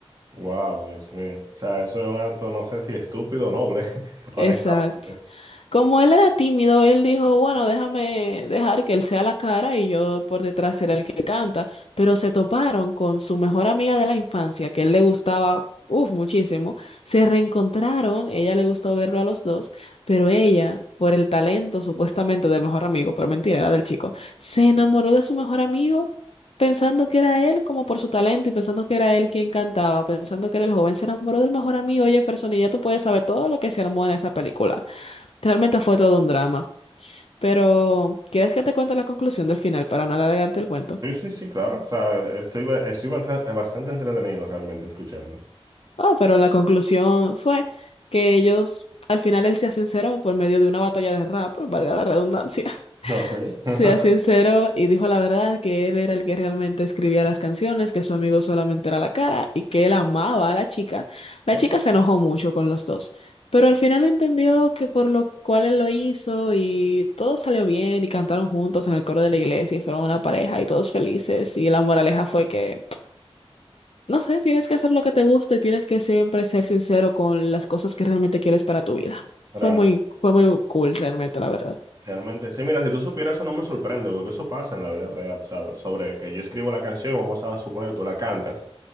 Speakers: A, on the right (about 40°); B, on the left (about 75°).
A: Wow, Dios mío. O sea, eso es un acto, no sé si estúpido o noble, <laughs> honestamente.
B: Exacto. Como él era tímido, él dijo, bueno, déjame dejar que él sea la cara y yo por detrás seré el que canta. Pero se toparon con su mejor amiga de la infancia, que él le gustaba, uff, muchísimo. Se reencontraron, ella le gustó verlo a los dos, pero ella, por el talento supuestamente del mejor amigo, pero mentira, era del chico, se enamoró de su mejor amigo pensando que era él como por su talento y pensando que era él quien cantaba, pensando que era el joven, se enamoró del mejor amigo, oye, persona, y ya tú puedes saber todo lo que se armó en esa película. Realmente fue todo un drama. Pero, ¿quieres que te cuente la conclusión del final para no alargarte el cuento?
A: Sí, sí, sí, claro. O sea, estoy, ba- estoy basta- bastante entretenido realmente escuchando.
B: Oh, pero la conclusión fue que ellos, al final él se sinceró por medio de una batalla de rap, valga la redundancia.
A: Ok.
B: Sea
A: <laughs>
B: sincero y dijo la verdad que él era el que realmente escribía las canciones, que su amigo solamente era la cara y que él amaba a la chica. La
A: Ok.
B: chica se enojó mucho con los dos, pero al final entendió que por lo cual él lo hizo y todo salió bien y cantaron juntos en el coro de la iglesia y fueron una pareja y todos felices y la moraleja fue que, no sé, tienes que hacer lo que te gusta y tienes que siempre ser sincero con las cosas que realmente quieres para tu vida.
A: Realmente
B: Fue muy, fue muy cool realmente, la verdad.
A: Realmente, sí, mira, si tú supieras eso no me sorprende, porque eso pasa en la vida real, ¿sabes? Sobre que yo escribo la canción, vamos a suponer tú la cantas.